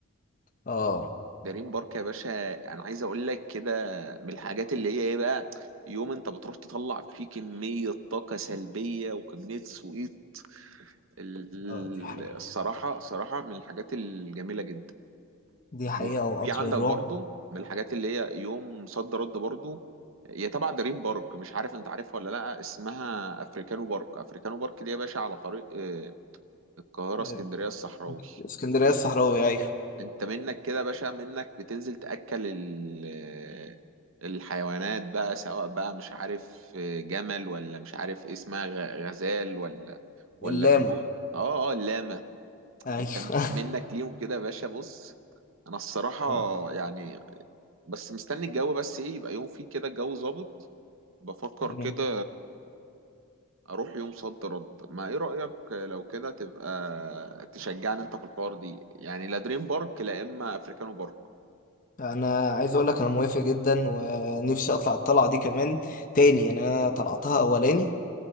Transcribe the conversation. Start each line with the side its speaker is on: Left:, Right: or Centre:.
Left: اه
Right: دريم بارك يا باشا انا عايز اقول لك كده من الحاجات اللي هي ايه بقى يوم انت بتروح تطلع فيه كمية طاقة سلبية وكمية سويت ال-
Left: اه دي حقيقة
Right: الصراحة صراحة من الحاجات الجميلة جدا
Left: دي حقيقة
Right: وفي
Left: وقطر
Right: عندك
Left: الرعب
Right: برضو من الحاجات اللي هي يوم صد رد برضو هي تبع دريم بارك مش عارف انت عارفها ولا لا اسمها افريكانو بارك افريكانو بارك دي يا باشا على طريق آه، القاهرة
Left: آه،
Right: اسكندرية الصحراوي
Left: اسكندرية الصحراوي ايوه
Right: انت منك كده يا باشا منك بتنزل تأكل ال- الحيوانات بقى سواء بقى مش عارف جمل ولا مش عارف إيه اسمها غ- غزال ولا ولا
Left: اللاما
Right: قرود اه اه اللاما
Left: ايوه
Right: انت
Left: <laughs>
Right: منك ليهم كده يا باشا بص انا الصراحة
Left: آه.
Right: يعني بس مستني الجو بس ايه يبقى يوم فيه كده الجو ظابط بفكر
Left: مم.
Right: كده اروح يوم صد رد ما ايه رأيك لو كده تبقى تشجعني انت في الحوار دي يعني لا دريم بارك لا اما افريكانو بارك
Left: انا عايز اقول لك انا موافق جدا ونفسي اطلع الطلعة دي كمان تاني يعني انا طلعتها اولاني